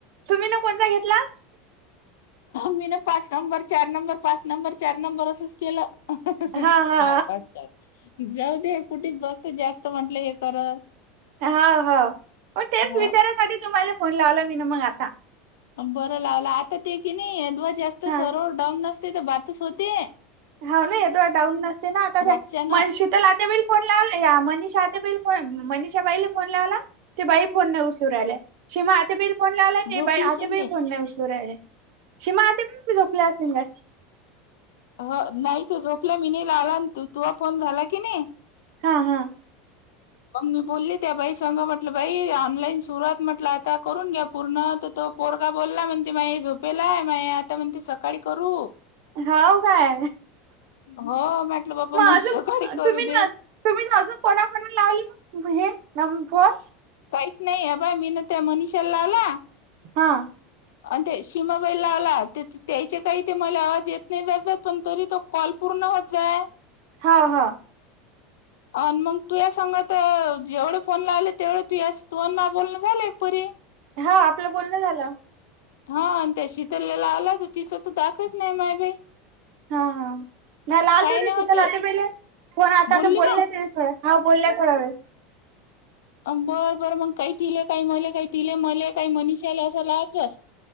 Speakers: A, on the right (about 65°); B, on the left (about 80°).
A: तुम्ही ना कोणता घेतला?
B: मी ना पाच नंबर, चार नंबर, पाच नंबर, चार नंबर असंच केलं. चार,
A: हा हा
B: पाच, चार जाऊ दे.... कुठे बस जास्त म्हटलं हे करत
A: हा- हा म तेच
B: हा
A: विचारासाठी तुम्हाला फोन लावला मी ना मग आता.
B: बरं लावला आता ते की नाही सर्वर जास्त डाऊन
A: हा
B: होतो नसते तर बात तच होते.
A: हा ना या दो डाऊन नसते ना आता
B: रातच्या
A: त्या
B: ना
A: मणशी त्याला आतबाईल फोन लावला ह्या मनीषा आत्याबाईला फो- मनीषाबाईला फोन लावला लावला. ते बाई फोन न उचलू राहिलीय, शिमा आता ब फोन लावला ते
B: झोपली
A: बाई
B: शिंदे
A: आत्याबाई फोन नाही उचलू राहिल्या, शीमा आत्या पण झोपल्या असतील का.
B: हो नाही तर झोपल्या मिनीला आला ना तू तु फोन झाला की नाही.
A: हा- हा
B: मग मी बोलली त्या बाई सग, म्हटलं बाई ऑनलाईन सुरु आहेत, तर म्हटलं आता करून घ्या पूर्ण तो पोरगा बोलला म्हणते माई झोपेल आहे. माय आता म्हणते सकाळी करू
A: हाव काय?
B: हो म्हंटल बाप्पा मग
A: अजून
B: सकाळी करू
A: तुम्ही ना
B: दे.
A: तुम्ही अजुन कोणा कोणाला लावली मग हे नंब फोन?
B: काहीच नाही हे बा मी न त्या मनीषा ला लावला.
A: हा,
B: अन् ते सीमाबाईला लावला. त्याच त्यायचे काही ते मले आवाज येत नाही. <unintelligible> पण तरी तो कॉल पुर्ण होत जाये.
A: हं हं,
B: अ मग तुया संग त जेवढे फोन लावले तेवढे तुयाच तुयन मा बोलण झालं परी.
A: हा आपलं बोलण झालं.
B: हा अन ते शितल ले लावला त तिचं त दाखवेस नाही मायबाई
A: हा- हा, नाही लाल दे
B: नाही
A: शितल
B: होते
A: आत्याबाईले फोन आलता
B: बोलली
A: बोलले
B: मग
A: ते हो हा बोलल्या थोडया वेळ.
B: अम्बर बरं मग काही तिले काही मले काही तिले मले काही मनीषाले असं लावाची होस.